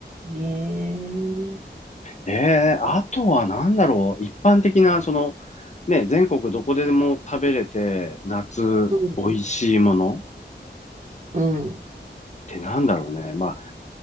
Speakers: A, on the right; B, on the left.
A: ねえ。
B: ええ、あとは何だろう。一般的な、その、ね、全国どこでも食べれて、夏、
A: うん。
B: 美味しいものっ
A: うん
B: てなんだろうね。まあ、